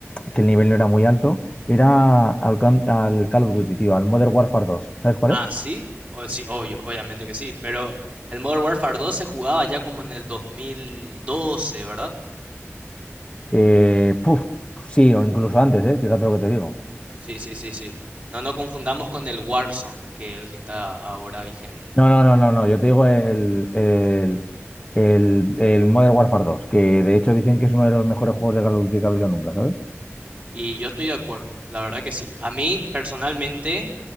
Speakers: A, on the left; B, on the right.
A: que el nivel no era muy alto, era al, Coun- al Call of Duty, tío, al Modern Warfare dos ¿Sabes cuál
B: Ah,
A: es?
B: sí, o, sí, obvio, obviamente que sí, pero el Modern Warfare dos se jugaba ya como en el 2012, ¿verdad?
A: Eh, puf, sí, o incluso antes, eh, fíjate lo que te digo.
B: Sí, sí, sí, sí. No nos confundamos con el Warzone, que es el que está ahora vigente.
A: No, no, no, no, no. Yo te digo el, el El, el Modern Warfare dos que de hecho dicen que es uno de los mejores juegos de Call of Duty que ha habido nunca, ¿sabes?
B: Y yo estoy de acuerdo, la verdad que sí. A mí, personalmente,